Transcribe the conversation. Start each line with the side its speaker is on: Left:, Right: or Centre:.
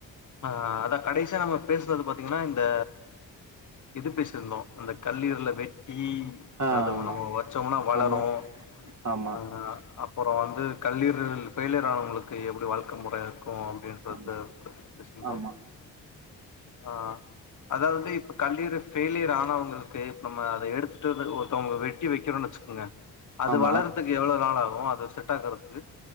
Left: அ அதான் கடைசிய நம்ம பேசுனது பாத்தீங்கன்னா இந்த இது பேசிருந்தோம் அந்த கல்லீரல வெ டீ
Right: ஆ
Left: அது
Right: ஆமா
Left: நம்ம வச்சோம்னா வளரும்
Right: ஆமா ஆமா
Left: ஆஹ் அப்புறம் வந்து கல்லீரல் ஃபெய்லியர் ஆனவங்களுக்கு எப்படி வாழ்க்க முற இருக்கும் அப்படின்றது
Right: ஆமா
Left: பேசிருந்தொ
Right: ஆமா
Left: ஆஹ் அதாவது இப்ப கல்லீறு ஃபெயிலியர் ஆனவங்களுக்கு இப்ப நம்ம அத எடுத்துட்டு வந்து ஒருத்தவங்க வெட்டி வெக்கிறொன்னு வெச்சுக்கோங்க அது
Right: ஆமா.
Left: வளர்றதுக்கு எவ்வளவு நாள் ஆகு போ அது செட் ஆகுறதுக்கு